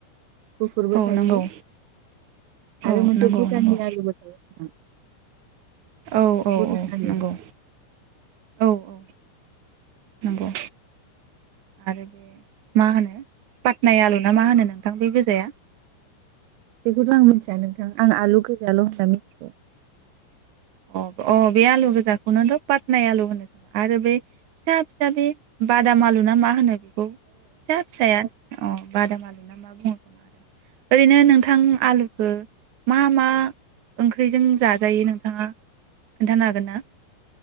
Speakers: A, on the right; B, on the right.
A: गुफुरबो
B: औ
A: थायो
B: नंगौ औ
A: आरो मोनसे
B: नंगौ
A: भुटाननि
B: नंगौ
A: आलुबो थायो नोंथां।
B: औ औ
A: भुटान
B: औ
A: आलु
B: नंगौ औ औ नंगौ आरो बे मा होनो पाटनाय आलु ना मा होनो नोंथां बे गोजाया
A: बेखौथ' आं मिथिया नोंथां आं आलु गोजाल' जा मिथिगौ
B: अ अ बे आलु गोजाखौनोथ' पातनाय आलु होनो खोमा आरो बे फिसा फिसा बे बादाम आलु ना मा होनो बे। औ फिसा फिसाया अ बादाम आलु ना मा बुङो खोमा आरो ओरैनो नोंथां आलुखौ मा मा ओंख्रिजों जाजायो नोंथाङा खोन्थानो हागोन ना